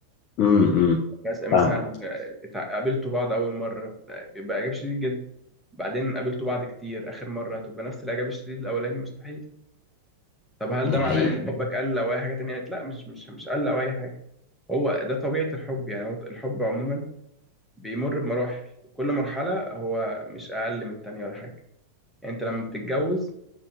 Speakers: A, on the left; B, in the centre.
A: امم أمم.
B: بس- مثلا
A: فاهمك
B: آه، اتع- قابلتوا بعض اول مره بيبقى اعجاب شديد جدا بعدين قابلتوا بعض كتير اخر مره هتبقى نفس الاعجاب الشديد الاولاني مستحيل طب هل
A: دي
B: ده معناه
A: حقيقه
B: ان حبك قل او اي حاجه تانية لا مش مش مش قل او اي حاجه هو ده طبيعه الحب يعني هو الحب عموما بيمر بمراحل وكل مرحله هو مش اقل من التانية ولا حاجه يعني انت لما بتتجوز